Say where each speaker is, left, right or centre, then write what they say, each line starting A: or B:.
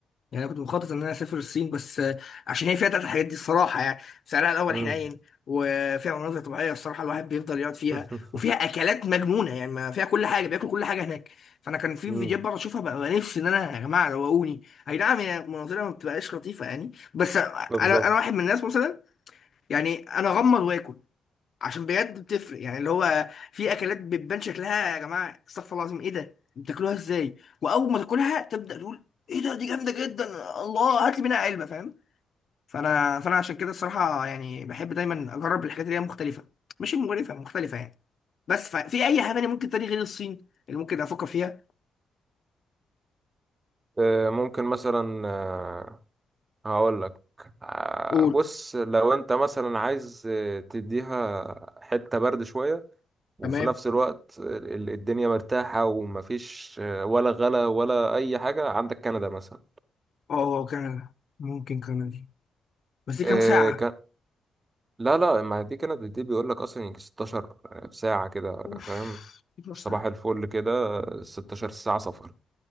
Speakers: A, on the left; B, on the right.
A: يعني انا كنت مخطط ان انا اسافر الصين بس آه، عشان هي فيها تلات الحاجات دي الصراحه يعني سعرها الاول
B: مم.
A: حنين وفيها مناظر طبيعيه الصراحه الواحد بيفضل يقعد فيها
B: <laughs>
A: وفيها اكلات مجنونه يعني ما فيها كل حاجه بياكل كل حاجه هناك فانا كان في
B: مم.
A: فيديوهات بقعد اشوفها بقى نفسي ان انا يا جماعه روقوني اي نعم هي مناظرها ما بتبقاش لطيفه يعني بس انا
B: بالظبط
A: انا واحد من الناس مثلا يعني انا اغمض واكل عشان بجد بتفرق يعني اللي هو في اكلات بتبان شكلها يا جماعه استغفر الله العظيم ايه ده بتاكلوها ازاي واول ما تاكلها تبدا تقول ايه ده دي جامده جدا الله هات لي منها علبه فاهم فانا فانا عشان كده الصراحه يعني بحب دايما اجرب الحاجات اللي هي مختلفه مش مقرفه مختلفه يعني بس ف- في اي حاجه تانية ممكن تاني غير الصين اللي ممكن افكر فيها
B: آه، ممكن مثلا آه، هقول لك آه،
A: قول
B: بص لو انت مثلا عايز آه، تديها حتة برد شوية وفي
A: تمام
B: نفس الوقت ال- الدنيا مرتاحة ومفيش آه، ولا غلا ولا أي حاجة عندك كندا مثلا
A: اه كندا ممكن كندا دي بس دي
B: آه،
A: كام ساعه
B: ك... لا لا ما دي كندا دي بيقول لك أصلا يجي 16 ساعة كده
A: اوف
B: فاهم
A: 12
B: صباح
A: ساعه
B: الفل كده 16 ساعة سفر